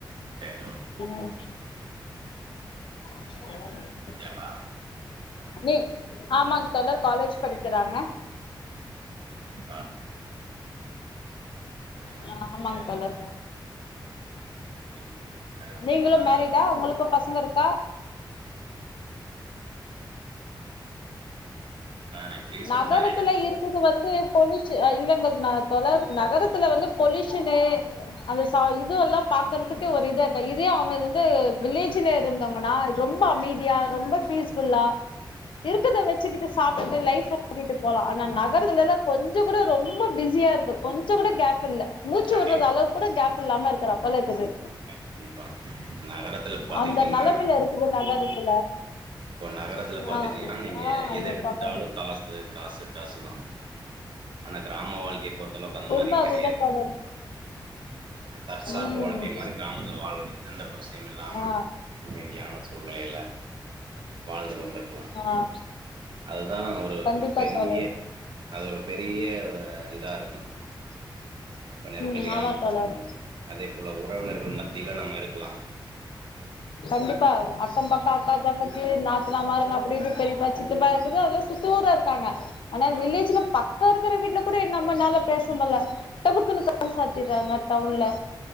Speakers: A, on the right (about 70°); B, on the left (about 80°).
A: செரி ஓ
B: உம் <unintelligible>
A: களா
B: நீ ஆமாங்க தோழர் காலேஜ் படிக்கிறாங்க
A: கால் புடைக்கிறாங்க
B: ஆமாங்க
A: சரி
B: தோழர்
A: சரி ஆ, அப்படின்னா
B: நீங்களும் மேரிடா உங்களுக்கு பசங்க பசங்க இருக்கா
A: ஆ, நான் இப்போ ரீசன்ட்
B: நகரத்துல
A: மேரிடு
B: இருக்குது வந்து பொல்யூஷ இல்லைங்க தோழர் நகரத்துல வந்து பொலயூஷனு அந்த இது எல்லா பாக்கறதுக்கு ஒரு இ இரு இதே அவங்க இ வந்து வில்லேஜ்ல இருந்தவங்கன்னா ரொம்ப அமைதியா ரொம்ப பீஸ் ஃபுல்லா இருக்கத வச்சுக்கிட்டு சாப்பிட்டு லைப் கட்டிட்டு போலா ஆனா நகரத்துல எல்லா கொஞ்ச கூட ரொம்ப பிஸியா இருக்கு கொஞ்ச கூட கேப் இல்ல மூச்சு
A: கண்டிப்பா
B: விடுறது அளவு கூட கேப் இல்லாம இருக்குற அப்பல இருக்குது
A: கண்டிப்பா நகரத்துல பாத்துக்கிட்டீங்கன்னா
B: அந்த நிலைமில இருக்குது நகரத்துல
A: இப்போ நகரத்துல பாத்துட்டீங்கன்னா
B: ஆ
A: நீங்க
B: ஆ அது
A: எத
B: ஒரு
A: எடுத்துட்டாலும்
B: பாப்பா
A: காசு காசு காசுதான் ஆனா கிராம வாழ்க்கையை பொறுத்த அளவுக்கு அந்த
B: உண்ம
A: மாரி கிடையாது
B: அதுதா தோழர்
A: ஆ தற்சார்பு
B: ம்
A: வாழ்க்கை மாதிரி கிராமத்துல வாழ எந்த பிரச்சனையும் இல்லாம
B: ஆ
A: யாமச் உள்ளயில வாழ்ந்து கொண்ட்ருக்கலா
B: ஆ
A: அதுதான் ஒரு
B: கண்டிப்பா
A: பெரிய
B: தோழர்
A: அது ஒரு பெரிய பெரிய இதாயிருக்கும்
B: <inaudible>
A: யிப்ப நெருக்கடியான
B: ம் ஆமா
A: சூழல்லங்க
B: தோழர்
A: அதே போல உறவினர்கள் மத்தியில நாம்மருக்கலா
B: கண்டிப்பா அக்கம் பக்கா அக்கா தங்கச்சி நாத் நாத்தனமாருங்க அப்டிப் யிப்டி பெரியப்பா சித்தப்பா இதுவே எல்லாரு சுத்து ஊரருக்காங்க ஆனா வில்லேஜ்ல
A: ஆமா
B: பக்கருக்கு யிருக்ற வீட்ல கூட ஏ நம்மனால பேச முட்ல டோபுக்குன்னு கதவ சாத்திறாங்க டவுன்ல